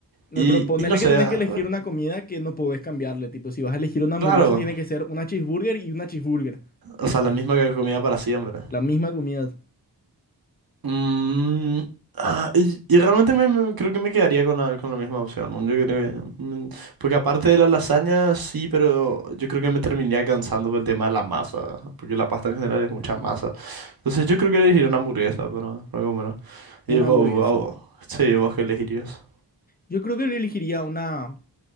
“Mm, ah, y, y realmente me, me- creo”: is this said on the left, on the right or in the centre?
Right